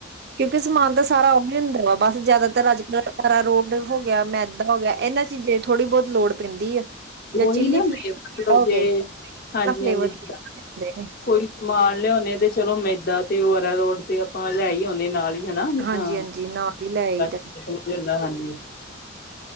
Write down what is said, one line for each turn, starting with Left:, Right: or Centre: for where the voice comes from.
Right: ਕਿਉਂਕਿ ਸਮਾਨ ਤਾਂ ਸਾਰਾ ਉਹੀ ਹੁੰਦਾ ਵਾ ਬਸ ਜਿਆਦਾਤਰ ਅੱਜਕੱਲ ਅਰਾਰੋਡ ਹੋ ਗਿਆ ਮੈਦਾ ਹੋ ਗਿਆ ਇਹਨਾਂ ਚੀਜੇ ਥੋੜ੍ਹੀ ਬਹੁਤ ਲੋੜ ਪੈਂਦੀ ਆ। ਜਾਂ
Left: ਉਹੀ
Right: ਚਿੱਲੀ
Left: ਨਾ ਮਤਲ
Right: ਫਲੇਕ ਹੋ
Left: ਜੇ,
Right: ਗਏ
Left: ਹਾਂਜੀ-ਹਾਂਜੀ
Right: ਨਾ ਫਲੇਵਰ ਹੁੰਦੇ
Left: ਜੇ
Right: ਨੇ
Left: ਕੋਈ ਸਮਾਨ ਲਿਆਉਦੇ ਤੇ ਚਲੋ ਮੈਦਾ ਤੇ ਹੋਰ ਆਰਾਰੋਡ ਤੇ ਆਪਾਂ ਲੈ ਹੀ ਆਉਦੇ ਨਾਲ ਹੀ। ਹਨਾ। ਜਿੱਦਾਂ,
Right: ਹਾਂਜੀ ਹਾਂਜੀ ਨਾਲ ਹੀ ਲੈ ਆਈਦਾ
Left: ਸਮਝ ਜਾਂਦਾ ਹਾਂਜੀ।